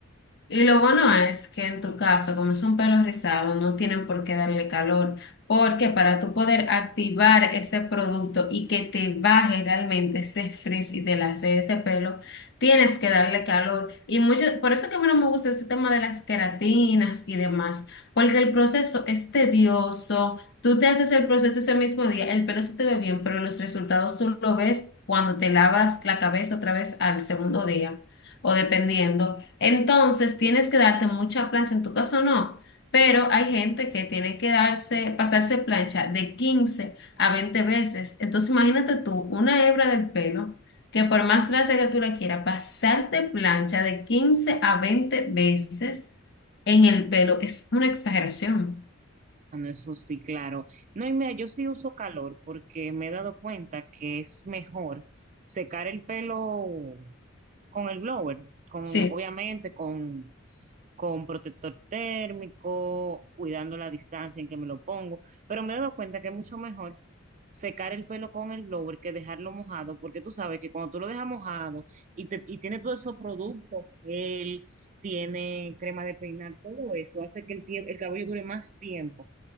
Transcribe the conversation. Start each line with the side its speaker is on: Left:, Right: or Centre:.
Left: Y lo bueno es que en tu caso, como son pelos rizados, no tienen por qué darle calor, porque para tú poder activar ese producto y que te baje realmente ese frizz y te lace ese pelo, tienes que darle calor. Y mucho, por eso que a mí no me gusta ese tema de las queratinas y demás, porque el proceso es tedioso. Tú te haces el proceso ese mismo día, el pelo se te ve bien, pero los resultados tú lo ves cuando te lavas la cabeza otra vez al segundo día, o dependiendo. Entonces, tienes que darte mucha plancha, en tu caso no, pero hay gente que tiene que darse, pasarse plancha de 15 a 20 veces. Entonces, imagínate tú, una hebra del pelo, que por más lacia que tú la quieras, pasarte plancha de 15 a 20 veces en el pelo es una exageración.
Right: Ah, no, eso sí, claro. No, y mira, yo sí uso calor porque me he dado cuenta que es mejor secar el pelo con el blower, con,
Left: Sí.
Right: obviamente con, con protector térmico, cuidando la distancia en que me lo pongo, pero me he dado cuenta que es mucho mejor secar el pelo con el blower que dejarlo mojado, porque tú sabes que cuando tú lo dejas mojado y, te- y tiene todos esos productos, gel, tiene crema de peinar, todo eso hace que el, tie- el cabello dure más tiempo